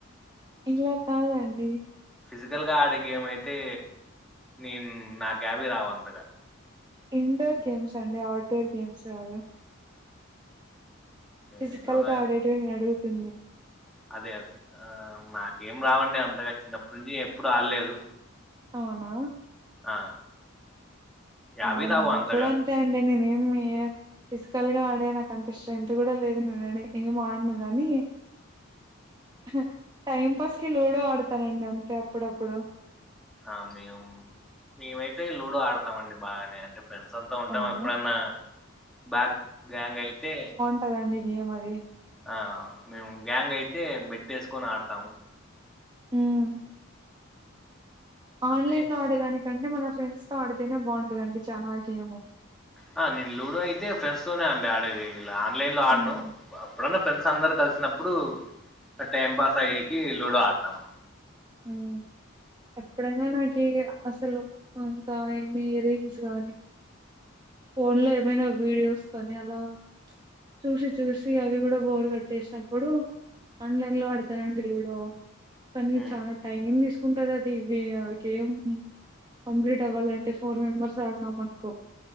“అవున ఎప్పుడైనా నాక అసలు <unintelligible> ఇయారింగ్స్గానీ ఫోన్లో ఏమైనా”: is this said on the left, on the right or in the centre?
Right